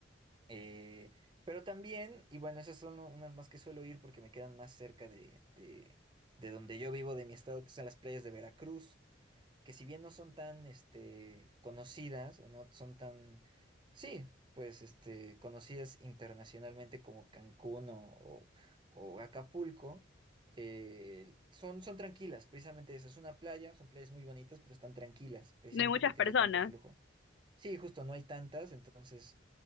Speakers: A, on the right; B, on the left.
A: Eh, pero también, y bueno, esas son unas más que suelo ir porque me quedan más cerca de, de, de donde yo vivo, de mi estado, que son las playas de Veracruz, que si bien no son tan este, conocidas o no son tan, sí, pues este, conocidas internacionalmente como Cancún o, o, o Acapulco, eh, son, son tranquilas, precisamente eso, es una playa, son playas muy bonitas, pero están tranquilas, precisamente
B: no hay muchas
A: porque
B: personas.
A: no hay tanto flujo. Sí, justo, no hay tantas, entonces